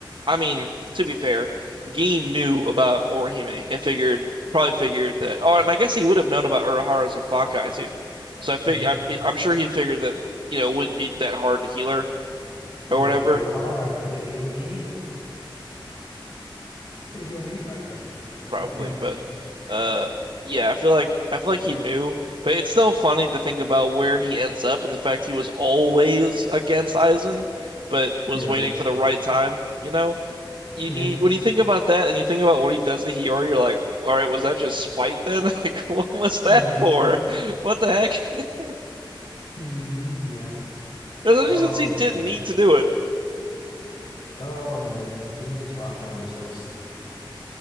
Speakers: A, on the right; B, on the left.
A: I mean, to be fair, Gin knew about Orihime and figured probably figured that oh, and I guess he would have known about Urahara's Bankai too. So I fig
B: mhm.
A: I, I'm sure he figured that, you know, it wouldn't be that hard to heal her or
B: I mean,
A: whatever.
B: Urahara could have healed Gene, could have healed anybody, right?
A: probably,
B: But yeah,
A: but uh yeah, I feel like I feel like he knew, but it's still funny to think about where he ends up and the fact he was always against Aizen, but was
B: yeah,
A: waiting for the right time, you know? You,
B: yeah.
A: you, when you think about that and you think about what he does to Hiyori, you're like, all right, was that just spite then? <laughs> Like, what was that
B: hmm
A: for? What the heck? <laughs>
B: hmm Yeah.
A: Especially
B: Oh
A: since he didn't
B: man.
A: need to do it.
B: Oh man. The next Bankai on this list.